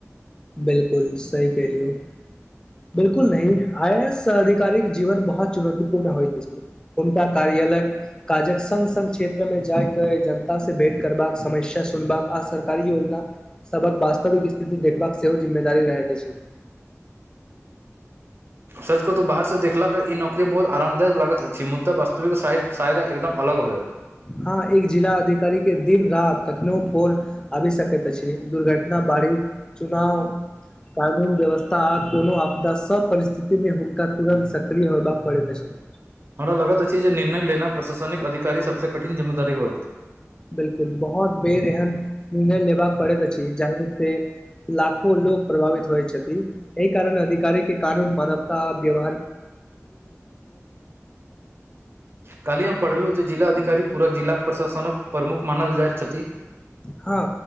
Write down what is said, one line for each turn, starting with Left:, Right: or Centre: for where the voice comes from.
Left: बिलकुल सही कहलियौ। बिलकुल नही आई ए एस अधिकारी जीवन बहुत चुनौतीपूर्ण होइत छै। हुनका कार्यालय। काजक संग। सग क्षेत्र मे जायके जनता से भेंट। करबाक समस्या। सुनबाक आ सरकारी योजना सभहक वास्तविक स्थिति देखबाक सेहो जिम्मेदार रहैत छै।
Right: सचि कहु ता बाहर सँ देखलाक ई नौकरी बहुत आरामदायक लगैत अछि। मुदा वास्तविकाय सायता एकदम अलग होयत
Left: हा एक जिला अधिकारी। के दिन रात कखनो फोर आबए सकत अछि। दुर्घटना बढ़ी चुनाव कानून व्यवस्था आ कोनो आपदा सभ परिस्थिति में हुनका तुरन्त सक्रिय होयबा पड़ैत छै।
Right: हमरा लगत अछि। जे निर्णय लेनाइ प्रशासनिक अधीकारी सभ सँ कठिन जिम्मेदारी होयत
Left: बिलकुल बहुत बेर एहन निर्णय लेबाक पड़ैत अछि। जाहि में फेर लाखो लोक प्रभावित होइ छथि। एहि कारणे अधिकारी के कानून मानवता व्यवहार
Right: काल्हि हम पढ़ेलहुँ जे जिलाधिकारी पूरा जिलाक प्रशासनक प्रमुख मानल जाइत छथि।
Left: हँ